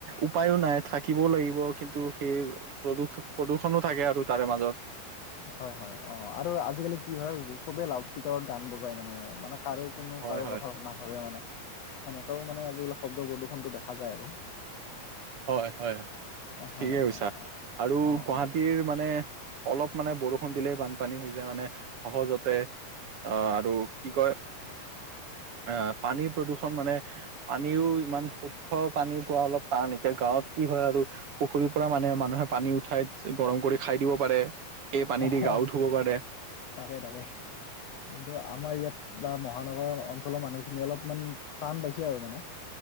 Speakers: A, on the right; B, on the left.
A: উপায়ো নাই থাকিবও লাগিব কিন্তু সেই প্ৰদূষ প্ৰদূষণো থাকে আৰু তাৰে মাজত।
B: হয় হয় অ আৰু আজিকালি কি হয় চবে লাউড স্পীকাৰ গান বজাই মানে মানে কাৰো কোনো
A: হয়
B: কাৰো
A: হয়
B: কথা নাভাবে মানে সেনেকাও মানে আজিকালি শব্দৰ প্ৰদূষণটো দেখা যায় আৰু
A: হয় হয়,
B: অ
A: ঠিকে
B: হয়
A: কৈছা
B: হয় আ,
A: আৰু
B: অ
A: গুৱাহাটীৰ
B: অ
A: মানে অলপ মানে বৰষুণ দিলেই বানপানী হৈ যায় মানে সহজতে অ আৰু কি কয়। অ পানীৰ প্ৰদূষণ মানে পানীও ইমান শুদ্ধ পানী পোৱা অলপ তাণ এতিয়া গাঁৱত কি হয় আৰু পুখুৰীৰ পৰা মানে মানুহে পানী উঠাই গৰম কৰি খাই দিব পাৰে। সেই পানী
B: অ
A: দি গা ও ধুব পাৰে।
B: তাকে তাকে কিন্তু আমাৰ ইয়াত বা মহানগৰ অঞ্চলৰ মানুহখিনি অলপমান টান পাইছে আৰু মানে